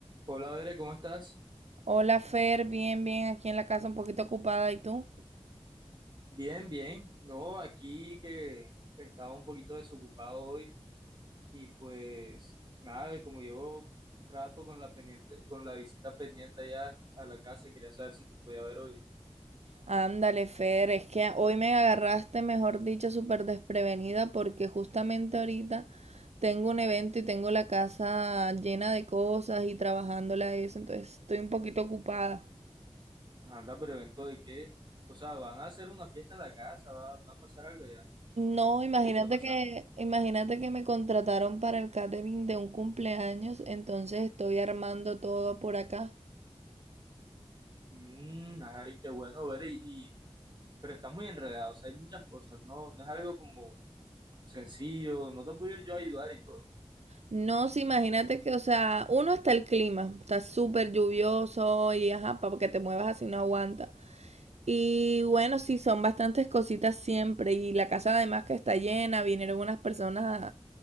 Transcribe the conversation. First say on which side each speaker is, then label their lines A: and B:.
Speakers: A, on the right (about 40°); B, on the right (about 80°).
A: Hola, Bere, ¿cómo estás?
B: Hola Fer, bien, bien, aquí en la casa un poquito ocupada, ¿y tú?
A: Bien, bien. No, aquí que estaba un poquito desocupado hoy y pues nada, eh, como llevo rato con la pendiente, con la visita pendiente allá a la casa, quería saber si te podía ver hoy.
B: Ándale Fer, es que hoy me agarraste, mejor dicho, súper desprevenida porque justamente ahorita tengo un evento y tengo la casa llena de cosas y trabajándole a eso, entonces estoy un poquito ocupada.
A: Ajá, Anda, pero evento de qué? O sea, ¿van a hacer una fiesta en la casa? ¿Va, va a pasar algo allá?
B: No, imagínate
A: ¿O qué está pasando?
B: que, imagínate que me contrataron para el catering de un cumpleaños, entonces estoy armando todo por acá.
A: Mm, ay, qué bueno, Bere, y, y- pero estás muy enredado, o sea, hay muchas cosas, no, no es algo como sencillo, no te puedo ir yo a ayudar y todo.
B: No, sí, imagínate que, o sea, uno está el clima, está súper lluvioso y ajá, para que te muevas así no aguanta. Y bueno, sí, son bastantes cositas siempre. Y la casa además que está llena, vinieron unas personas